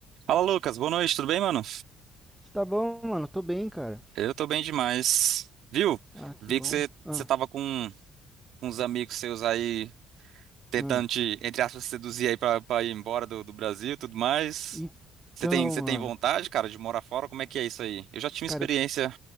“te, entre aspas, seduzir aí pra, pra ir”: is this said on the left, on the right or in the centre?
Right